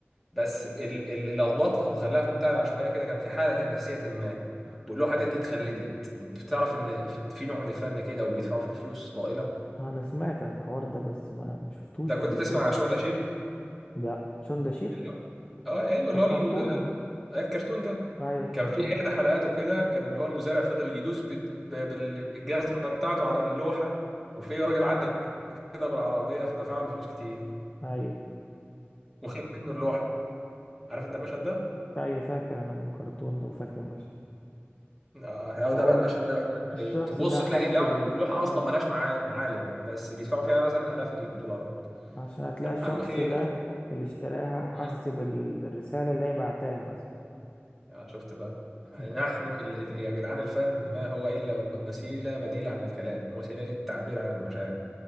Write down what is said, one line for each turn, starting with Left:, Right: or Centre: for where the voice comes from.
Centre: بس ال- ال- اللي لخبطها وخلاها في منتهى العشوائيه كده كان في حاله نفسيه ما واللوحه ديت اتخلدت بتعرف ان في في نوع من الفن كده وبيدفعوا فيه فلوس طائله
Left: انا سمعت عن الحوار ده بس ما ما شفتوش
Centre: لو كنت
Left: قبل
Centre: تسمع
Left: كده
Centre: عن
Left: قدامي
Centre: شو ده شيب
Left: لا شون ده شيب
Centre: اللي هو اه ايوه اللي
Left: ده
Centre: هو ال-
Left: كرتون
Centre: ال- الكرتون ده
Left: ايوه كرتون
Centre: كان في احدى حلقاته كده كان اللي هو المزارع فضل يدوس بال- ب- بالجزمه بتاعته على اللوحه وفي راجل عدى كده بالعربيه فدفع له فلوس كتير
Left: ايوه
Centre: وخد منه اللوحه عارف انت المشهد ده
Left: فا- ايوه فاكر انا الكرتون ده وفاكر المشهد
Centre: اه هو
Left: هو
Centre: ده بقى المشهد اللي انا بحكي لك عليه
Left: الشخص
Centre: تبص
Left: ده حس
Centre: تلاقي لو-
Left: بال
Centre: لوحه
Left: اه
Centre: اصلا ملهاش معا- معالم بس بيدفعوا فيها مثلا الاف الدولارات
Left: عشان هتلاقي الشخص
Centre: عم خير
Left: ده اللي اشتراها حس
Centre: امم
Left: بال... بالرسالة اللي هي بعتها مثلا
Centre: يا شفت بقى يعني
Left: <laughs>
Centre: نحن ال... ال- يا جدعان الفن ما هو الا وسيله بديله عن الكلام وسيله للتعبير عن المشاعر